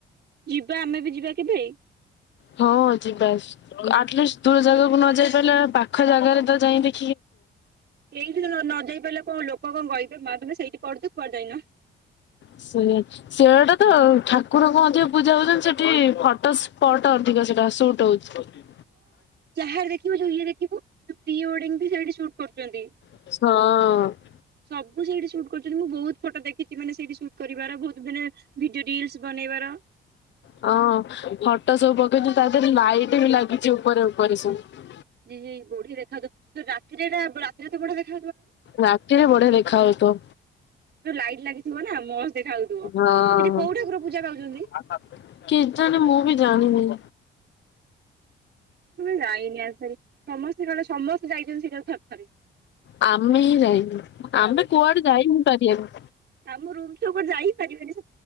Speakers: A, on the right (about 60°); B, on the left (about 65°).
A: ଯିବା ଆମେ ବି ଯିବା କେବେ?
B: ହଁ ଯିବା ଆଟଲିଷ୍ଟ ଦୂର ଜାଗାକୁ ନ ଯାଇ ପାରିଲେ ପାଖ ଜାଗାରେ ତ ଯାଇକି।
A: ଏଇଠି ତ ନ ଯାଇ ପାରିଲେ କଣ ଲୋକ କଣ କହିବେ ମା ତମେ ସେଇଠି ପଢୁଛ କୁଆଡେ ଯାଇନ।
B: ସେ ଅଛି। ସେଟା ତ ଠାକୁରଙ୍କ ମଧ୍ୟ ପୂଜା ହଉଛନ୍ତି ସେଠି ଫଟୋ ସ୍ପଟ ଅଧିକ ସେଟା ସୁଟ ହଉଛି।
A: ଯାହାର ଦେଖିବୁ ଯୋଉ ଇଏ ଦେଖିବୁ ଯୋଉ ପ୍ରି ୱେଡିଙ୍ଗ ବି ସେଇଠି ସୁଟ୍ କରୁଚନ୍ତି।
B: ହଁ।
A: ସବୁ ସେଇଠି ସୁଟ୍ କରୁଛନ୍ତି ମୁଁ ବହୁତ ଫଟ ଦେଖିଛି ମାନେ ସେଇଠି ସୁଟ କରିବାର ବହୁତ ମାନେ ଭିଡିଓ ରିଲସ୍। ବନେଇବାର।
B: ହଁ ଫଟ ସବୁ ପକେଇଚୁ ତା ଦେହରେ ଲାଇଟ୍ ବି ଲାଗିଚି ଉପରେ ଉପରେ ସବୁ।
A: <unintelligible> ଏଟା ତ ବଡ଼ିଆ।
B: ରାତିରେ ବଡ଼ିଆ ଦେଖା ହୋଉଥିବ।
A: ଯୋଉ ଲାଇଟ ଲାଗିଥିବ ନା ମସ୍ତ ଦେଖାଉଥିବ
B: ହଁ।
A: ସେଠି କୋଉ ଠାକୁର ପୂଜା ପାଉଛନ୍ତି?
B: <unintelligible> କେଜାଣି ମୁଁ ବି ଜାଣିନି।
A: ଯାଇନି ଆକ୍ଚୁଆଲି ସମସ୍ତେ କଣ ସମସ୍ତେ ଯାଇଛନ୍ତି ସେଟକୁ ଥରେ ଥରେ।
B: ଆମେ ହିଁ ଯାଇନୁ ଆମେ କୁଆଡେ ଯାଇ ହିଁ ପାରିଆନି।
A: ଆମ ରୁମଠୁ କୁଆଡେ ଯାଇ ହିଁ ପାରିବାନି।